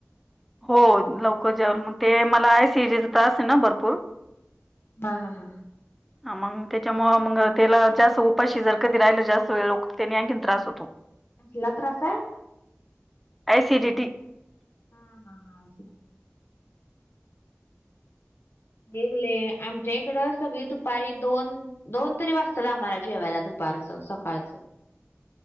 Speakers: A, in the centre; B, on the left.
A: हो लवकर जेवल मग ते मला ॲसिडिटीचा त्रास आहे ना भरपूर.
B: हा हा हा
A: मग त्याच्यामुळ मग त्याला जास्त उपाशी जर कधी राहिलं जास्त वेळ त्यानी आणखीन त्रास होतो. तो
B: तुला त्रास आहे.
A: ऍसिडिटी.
B: हा हा हा वेगले आमच्या इकड सगळी दुपारी दोन दोन तरी वाजतात आम्हाला जेवायला दुपारचं सकाळचं